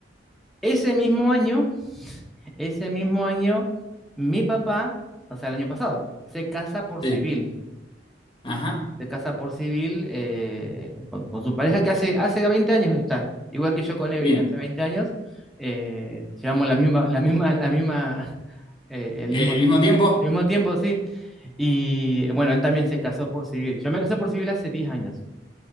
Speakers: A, in the centre; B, on the left.
A: ese mismo año, ese mismo año, mi papá, o sea, el año pasado, se casa por
B: Sí.
A: civil.
B: Ajá,
A: se casa por civil eh, con, con su pareja que hace, hace 20 años que está, igual que yo con Evelyn,
B: bien.
A: hace 20 años, eh, llevamos la misma, la misma, la misma, <laughs> eh, el
B: Eh,
A: mismo, el
B: ¿El mismo tiempo?
A: mismo tiempo, sí, y bueno, él también se casó por civil, yo me casé por civil hace 10 años,